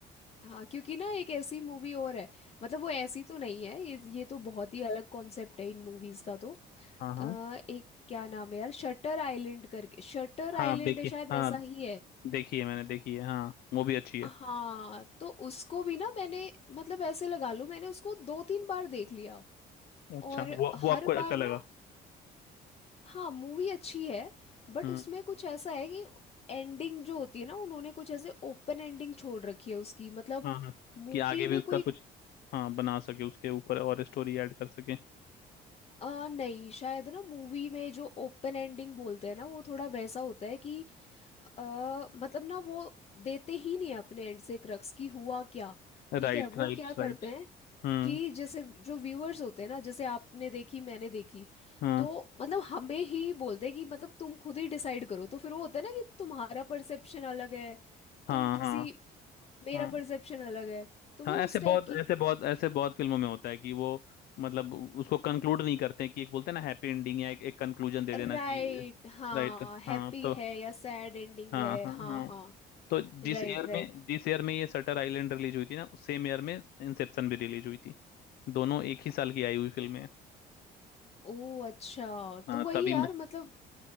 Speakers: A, on the left; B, on the left.
A: हाँ क्योंकि ना एक ऐसी मूवी और है मतलब वो ऐसी तो नहीं है ये ये तो बहुत ही अलग कॉन्सेप्ट है इन मूवीज का तो
B: हाँ हाँ
A: आ, एक क्या नाम है यार शटर आइलैंड करके शटर
B: हाँ
A: आइलैंड
B: देखिए
A: है शायद
B: हाँ
A: ऐसा ही है
B: देखी है मैंने देखी है हाँ वो भी अच्छी है
A: हाँ तो उसको भी ना मैंने मतलब ऐसे लगा लो मैंने उसको दो तीन बार देख लिया
B: अच्छा
A: और
B: वो
A: हर
B: वो आपको अच्छा
A: बार
B: लगा
A: ना हाँ मूवी अच्छी है बट
B: हम्म
A: उसमें कुछ ऐसा है कि एंडिंग जो होती है ना उन्होंने कुछ ऐसे ओपन एंडिंग छोड़ रखी है उसकी मतलब
B: हाँ हाँ
A: मूवी
B: कि आगे
A: में
B: भी उसका
A: कोई
B: कुछ हाँ बना सके उसके ऊपर और स्टोरी ऐड कर सके
A: आ, नहीं शायद ना मूवी में जो ओपन एंडिंग बोलते हैं ना वो थोड़ा वैसा होता है कि आ, मतलब ना वो देते ही नहीं है अपने एंड से क्रक्स की हुआ क्या ठीक
B: Right
A: है वो
B: right
A: क्या
B: right
A: करते हैं
B: हम्म
A: कि जैसे जो व्यूअर्स होते हैं ना जैसे आपने देखी मैंने देखी
B: हाँ
A: तो मतलब हमें ही बोलते हैं कि मतलब तुम खुद ही डिसाइड करो तो फिर वो होता है ना कि तुम्हारा परसेप्शन अलग है
B: हाँ
A: तुम किसी
B: हाँ
A: मेरा
B: हाँ
A: परसेप्शन अलग है तो
B: हाँ
A: वो
B: ऐसे
A: उस
B: बहुत
A: टाइप की
B: ऐसे बहुत ऐसे बहुत फिल्मों में होता है कि वो मतलब उसको कंक्लूड नहीं करते कि एक बोलते हैं ना हैप्पी एंडिंग या एक, एक कंक्लूजन दे देना
A: राइट
B: कि
A: हाँ
B: राइट
A: हैप्पी
B: हाँ तो
A: है या सैड एंडिंग
B: हाँ
A: है
B: हाँ
A: हाँ
B: हाँ
A: हाँ
B: तो जिस
A: Right
B: ईयर
A: right
B: में जिस ईयर में ये सटर आइलैंड रिलीज हुई थी ना उस सेम ईयर में इंसेप्शन भी रिलीज हुई थी दोनों एक ही साल की आई हुई फिल्में हैं।
A: ओ अच्छा
B: हाँ
A: तो वही
B: तभी
A: यार
B: मैं
A: मतलब